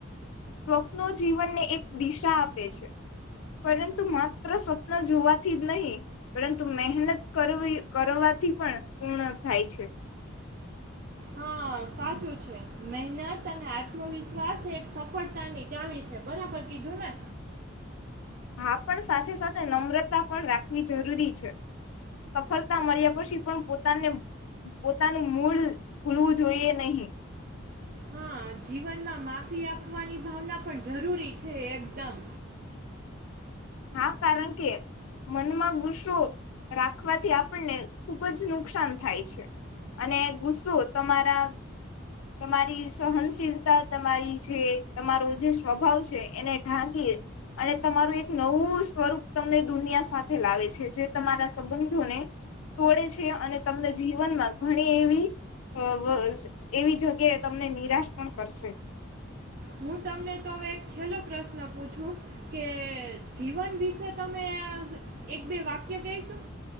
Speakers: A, on the left; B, on the right.
A: સ્વપ્નો જીવનને એક દિશા આપે છે પરંતુ માત્ર સ્વપ્ન જોવાથી જ નહીં પરંતુ મહેનત કરવી કરવાથી પણ પૂર્ણ થાય છે.
B: હા સાચું છે મહેનત અને આત્મવિશ્વાસ એક સફળતાની ચાવી છે બરાબર કીધું ને?
A: હા પણ સાથે સાથે નમ્રતા પણ રાખવી જરૂરી છે સફળતા મળ્યા પછી પણ પોતાને પોતાનું મૂળ ભૂલવું જોઈએ નહી.
B: હા જીવનમાં માફી આપવાની ભાવના પણ જરૂરી છે એકદમ.
A: હા કારણ કે મનમાં ગુસ્સો રાખવાથી આપણને ખુબ જ નુકસાન થાય છે અને ગુસ્સો તમારા તમારી સહનશીલતા તમારી જે તમારો જે સ્વભાવ છે એને ઢાંકી અને તમારું એક નવું સ્વરૂપ તમને દુનિયા સાથે લાવે છે જે તમારા સંબંધોને તોડે છે અને તમને જીવનમાં ઘણી એવી અ વ એવી જગ્યાએ તમને નિરાશ પણ કરશે.
B: હું તમને તો હવે એક છેલ્લો પ્રશ્ન પૂછું કે જીવન વિશે તમ એક બે વાક્ય કઈશું?